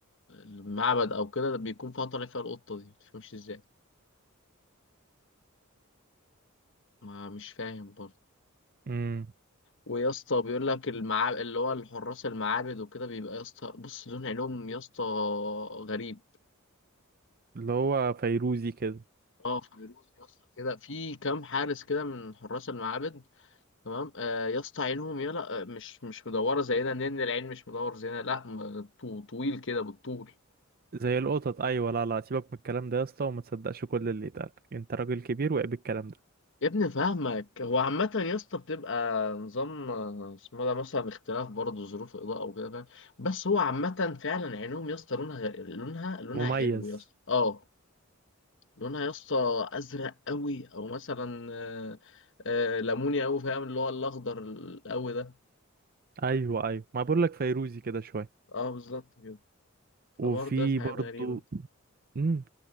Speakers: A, on the left (about 60°); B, on the right (about 45°).
A: المعبد او كده بيكون فيها طالع فيها القطه دي متفهمش ازاي ما مش فاهم برضه
B: امم
A: ويا اسطى بيقول لك المعابد اللي هو الحراس المعابد وكده بيبقى يا اسطى بص لون عينهم يا اسطى غريب
B: اللي هو فيروزي كده
A: اه فيروز يا اسطى كده في كام حارس كده من حراس المعابد تمام آه يا اسطى عينهم يلا آه، مش مش مدوره زينا لان العين مش مدور زينا لا م- طو- طويل كده بالطول
B: زي القطط ايوه لا لا سيبك من الكلام ده يا اسطى وما تصدقش كل اللي يتقال انت راجل كبير وعيب الكلام ده
A: يا ابني فاهمك هو عامة يا اسطى بتبقى نظام آه، اسمه ده مثلا اختلاف برضه ظروف الإضاءة وكده فاهم بس هو عامة فعلا عينهم يا اسطى لونها غير- لونها لونها
B: مميز
A: حلو يا اسطى اه لونها يا اسطى أزرق قوي أو مثلا آه، آه، ليموني قوي فاهم اللي هو الأخضر القوي ده
B: ايوه ايوه ما بقول لك فيروزي كده شويه
A: اه بالظبط كده
B: وفي
A: فبرضه حاجات
B: برضو
A: غريبة
B: امم